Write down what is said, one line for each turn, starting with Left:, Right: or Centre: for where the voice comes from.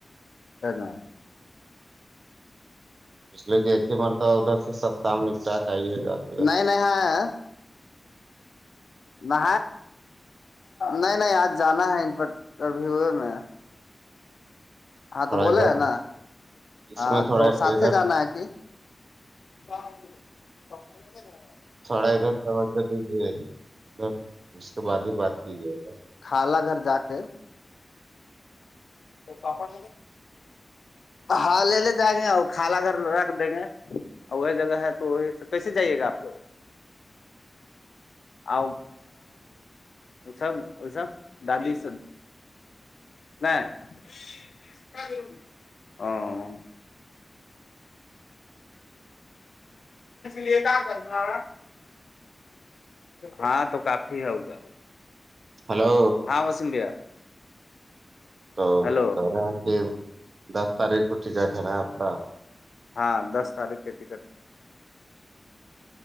Left: ہے نا
Right: اس لیے کہ ایک ہی مرتب ادھر سے سب کام نپٹا چاہیے جد
Left: نہیں نہیں ہاں نہ نہیں نہیں آج جانا ہے ان پر ابھی ہوئے میں ہاں
Right: تھوڑا
Left: تو
Right: ادھر
Left: بولے ہے نا
Right: اس
Left: ہاں
Right: میں تھوڑا
Left: تو ساتھ
Right: ادھر
Left: جانا ہے کہ کیا متی ک مغیر ہے
Right: سڑا ادھر توجہ دیجیے ادھر اس کے بعد ہی بات کیجے ادھر
Left: کالا گھر جا کے تو کپڑ ہاں لے لے جائیں گے آ کالا گھر رکھ دیں گے اور وہ جگہ ہے تو کیسے جائیے گا آپ کو آ سب ا سب دادی س نہیں ہاں لی کرناا ر ہاں تو کافی ہے ہوگا
Right: ہلو
Left: ہاں وسیم بھیا
Right: تو
Left: ہلو
Right: کہ رہے ہیں کہ دس تاریخ کو ٹکٹ ہے نا آپ کا
Left: ہاں دس تاریخ کے ٹکٹ